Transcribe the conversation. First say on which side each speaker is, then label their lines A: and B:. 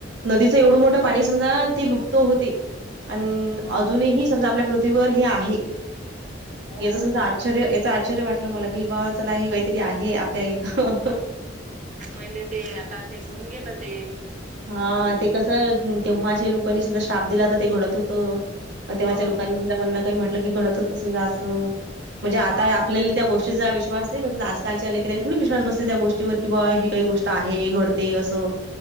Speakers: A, on the right; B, on the right.
A: नदीचं एवढं मोठं पाणी समजा, ते लुप्त होते. अन
B: हो
A: अजूनही समजा आपल्या पृथ्वीवर हे आहे.
B: हो
A: याच समजा आश्चर्य याच आश्चर्य वाटलं मला की, बा चला हे काहीतरी आहे. आपल्या इथं.
B: पहिले ते आता ते होऊन गेलं ते.
A: हा ते कसं तेव्हाच्या लोकांनी समजा श्राप दिला तर, ते घडत होत. मग तेव्हाच्या
B: हा
A: लोकांनी म्हणला काही, म्हटलं की घडत होत तसून जायाच, असं म्हणजे आता
B: हा
A: आपल्या त्या गोष्टीचा विश्वास नाही बसत. आजकालच्या लेेकराला थोडी विश्वास बसते. त्या गोष्टीवर कि बा हे काही गोष्ट आहे. घडते असं.